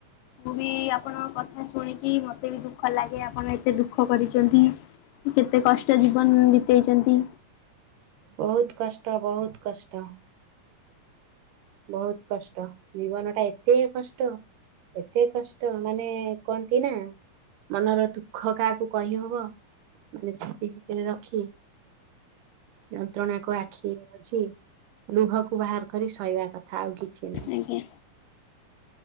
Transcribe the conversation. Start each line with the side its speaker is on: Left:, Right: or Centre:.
Left: ମୁଁ ବି ଆପଣ କଥା ଶୁଣିକି ମତେ ବି ଦୁଃଖ ଲାଗେ ଆପଣ ଏତେ ଦୁଃଖ କରିଛନ୍ତି କେତେ କଷ୍ଟ ଜୀବନ ବିତେଇଛନ୍ତି
Right: ବହୁତ କଷ୍ଟ ବହୁତ କଷ୍ଟ ବହୁତ କଷ୍ଟ ଜୀବନ ଟା ଏତେ କଷ୍ଟ ଏତେ କଷ୍ଟ ମାନେ କୁହନ୍ତି ନା ମନର ଦୁଃଖ କାହାକୁ କହିହବ ମାନେ ଛାତି ଭିତରେ ରଖି ଯନ୍ତ୍ରଣା କୁ ଆଖି ବୁଝି ଲୁହକୁ ବାହାର କରି ଶୋଇବା କଥା ଆଉ କିଛି ନାହି
Left: ଆଜ୍ଞା